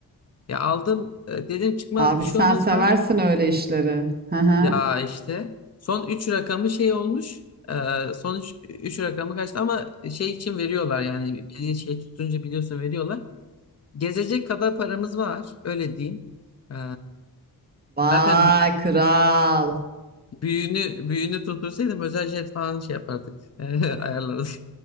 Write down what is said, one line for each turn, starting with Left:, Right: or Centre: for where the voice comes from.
Left: Ya aldım e, dedim çıkmaz
Right: Abi
Left: bir şey
Right: sen
Left: olmaz
Right: seversin
Left: mı?
Right: öyle işleri. Hı hı.
Left: Ya işte son 3 rakamı şey olmuş. E, son 3 rakamı kaçtı ama şey için veriyorlar yani beni şey tutunca biliyorsun veriyorlar. Gezecek kadar paramız var öyle diyeyim. E,
Right: Vay
Left: zaten büyü-
Right: kral.
Left: büyüğünü büyüğünü tutursaydım özel jet falan şey yapardık. <laughs> ayarlarız.